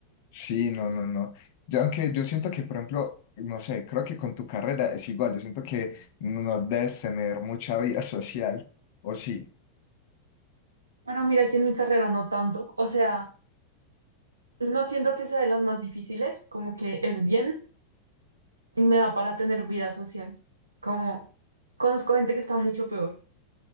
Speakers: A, on the left (about 50°); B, on the right (about 75°).
A: Sí, no, no, no. Yo, aunque yo siento que, por ejemplo, no sé, creo que con tu carrera es igual. Yo siento que no debes tener mucha vida <laughs> social. O sí,
B: Bueno, mira que en mi carrera no tanto, o sea... No siento que sea de las más difíciles, como que es bien y me da para tener vida social. Como conozco gente que está mucho peor.